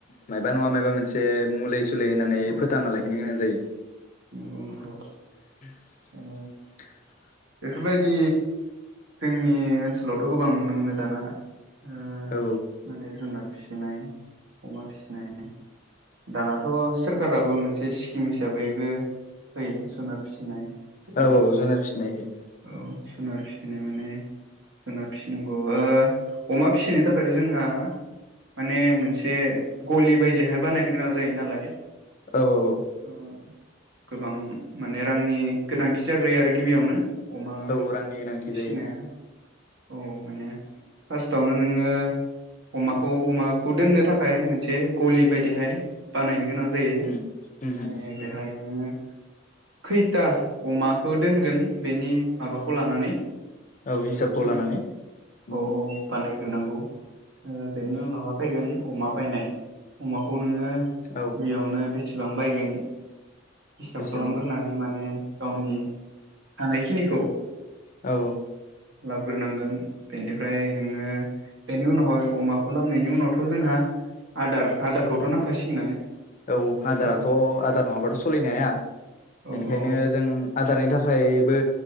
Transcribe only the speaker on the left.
मायबा नङा मायबा मोनसे मुलै सु लै होनानै
फोथांना लाखिनो गोनां जायो।
<inaudible>
औ
औ औ जुनार फिनाय होयो।
औ औ औ
औ
रांनि गोनांथि जायो
उम उम
उम
औ हिसाबखौ
लानानै उम
औ
बेसेबां
औ औ
औ आदाराथ'
आदार नङाबाथ' सोलिनो हाया
बेनिखायनो
जों आदारनि था थाखायबो